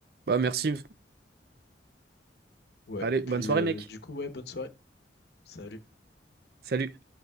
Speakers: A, on the right; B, on the left.
A: Bah merci.
B: Ouais,
A: Allez,
B: et puis,
A: bonne soirée
B: euh,
A: mec.
B: du coup, ouais, bonne soirée. Salut.
A: Salut.